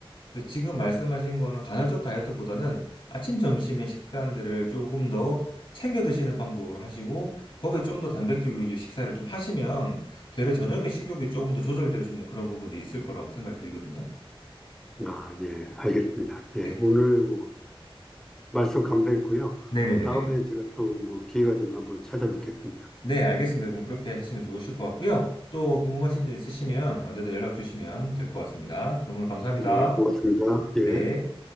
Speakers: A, on the left; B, in the centre.
A: 근데 지금 말씀하신 거는 간헐적 다이어트보다는 아침, 점심의 식단들을 조금 더 챙겨 드시는 방법으로 하시고, 거기에 좀 더 단백질 위주 식사를 좀 하시면, 되려 저녁에 식욕이 조금 더 조절될 수 있는 그런 부분도 있을 거라고 생각이 들거든요.
B: 아, 예, 알겠습니다. 예,
A: 네.
B: 오늘 뭐 말씀 감사했고요.
A: 네네네네.
B: 다음에 제가 또 뭐 기회가 되면 한번 찾아뵙겠습니다.
A: 네, 알겠습니다. 그럼 그렇게 하시면 좋으실 것 같고요. 또 궁금하신 점 있으시면 언제든 연락 주시면 될 것 같습니다. 그럼 오늘 감사합니다.
B: 예, 고맙습니다. 예.
A: 네.